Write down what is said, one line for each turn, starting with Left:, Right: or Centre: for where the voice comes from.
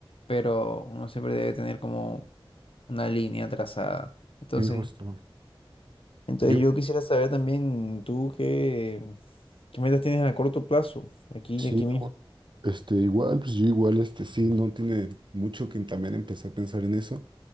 Left: pero uno siempre debe tener como una línea trazada. Entonces,
Right: sí, justo.
Left: entonces
Right: Yo,
Left: yo quisiera saber también tú qué, qué metas tienes a corto plazo, aquí,
Right: sí,
Left: aquí mismo.
Right: o- este, igual, pues yo igual, este, sí, no tiene mucho que también empecé a pensar en eso